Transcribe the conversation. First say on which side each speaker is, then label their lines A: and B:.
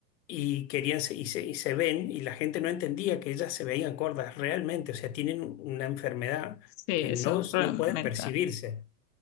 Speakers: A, on the left; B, on the left.
A: y querían se- y se, y se ven, y la gente no entendía que ellas se veían gordas realmente, o sea, tienen una enfermedad
B: sí, eso
A: que no,
B: es un problema
A: no pueden
B: mental.
A: percibirse.